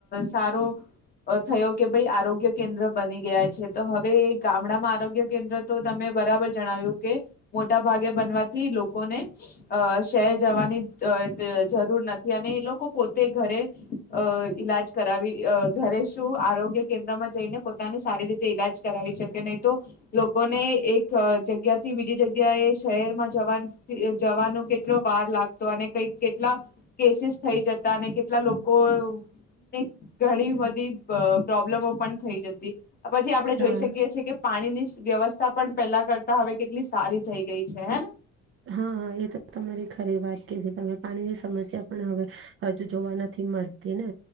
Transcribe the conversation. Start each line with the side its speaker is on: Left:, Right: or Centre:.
Left: સારો થયો કે ભાઈ આરોગ્ય કેન્દ્ર બની ગયા છે તો હવે ગામડામાં આરોગ્ય કેન્દ્ર તો તમે બરાબર જણાવ્યું કે મોટા ભાગે બનવાથી લોકોને અ શહેર જવાની જરૂર નથી અને એ લોકો પોતે ઘરે અ ઈલાજ કરાવી ઘરે ગ્ય કેન્દ્રમાં જઈને પોતાનું સારી રીતે ઈલાજ કરાવી શકે નહી તો લોકોને એક જગ્યા થી બીજી જગ્યા એ શહેરમાં જવા જવાનું કેટલો વાર લાગતો અને કઈક કેટલા કેસીિસ થઈ જતા અને કેટલા લોકોને ઘણી બધી પ્રોબ્લેમો પણ થઈ જતી પછી આપણે
Right: ત્યાં
Left: જોઈ શકીએીએ કે પાણીની વ્યવસ્થા પણ પેલા હવે કેટલી સારી થઈ ગઈ છે હે
Right: હા એ તો તમારી ખરી વાત કે છે તમે પાણીની સમસ્યા પણ હવે હજુ જોવા નથી મળતી ને